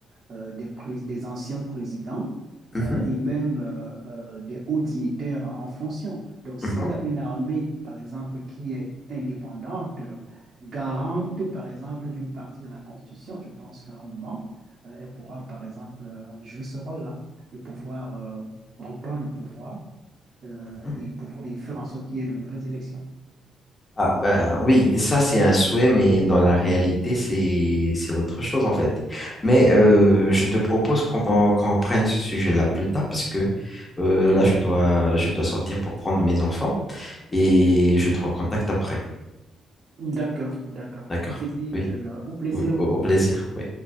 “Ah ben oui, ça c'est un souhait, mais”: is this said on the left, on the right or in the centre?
Left